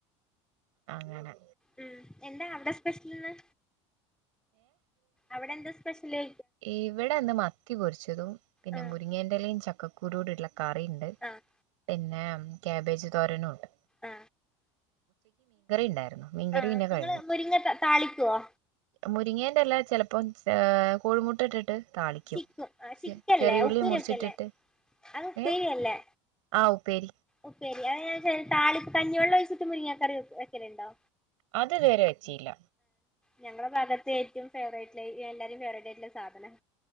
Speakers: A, on the right; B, in the centre.
A: അങ്ങനെ
B: മ് എന്താ അവിടെ സ്പെഷൽന്ന് അവിടെ എന്താ സ്പെഷ്യല്
A: ഇവിടെന്ന് മത്തി പൊരിച്ചതും പിന്നെ
B: ആഹ്
A: മുരിങ്ങേന്റെലയും ചക്ക <unintelligible> ക്ക കുരൂടെ ഇള കറിണ്ട്
B: ആഹ്
A: പിന്നെ മ് ക്യാബേജ് തോരനോണ്ട്
B: ആ
A: ഉണ്ടായിരുന്നു മീൻകറി
B: ആ
A: പിന്നെ
B: നിങ്ങള്
A: കഴിഞ്ഞു
B: മുരിങ്ങക്ക താളിക്കുവോ
A: മുരിങ്ങേന്റെല ചിലപ്പോ ചേ കോഴിമുട്ട ഇട്ടിട്ട് താളിക്കും
B: ചിക്കും ആ ചിക്കല്ലേ
A: ചെറിയുള്ളി
B: ഉപ്പേരി
A: മുറിച്ചിട്ടിട്ട്
B: ഒക്കല്ലേ അത് ഉപ്പേരിയല്ലേ
A: ഏ ആ ഉപ്പേരി
B: ഉപ്പേരി അ ഞാൻ താളി കഞ്ഞിവെള്ളം ഒഴിച്ചിട്ട് മുരിങ്ങക്കറി വെക്കലുണ്ടോ
A: അത് ഇതുവരെ വെച്ചില്ല
B: ഞങ്ങളുടെ ഭാഗത്ത് ഏറ്റവും ഫേവറേറ്റായിട്ട് എല്ലാരും ഫേവറേറ്റായിട്ടുള്ള സാധനം